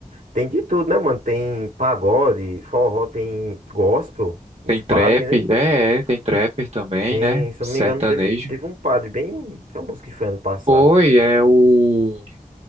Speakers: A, on the right; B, on the right.
A: tem de tudo, né, mano? Tem pagode, forró, tem gospel, os
B: Tem
A: padres,
B: trap.
A: né?
B: É, é, tem trapper também,
A: Tem,
B: né?
A: se
B: Sertanejo.
A: eu não me engano, teve um, teve um padre bem famoso que foi ano passado.
B: Foi, é o.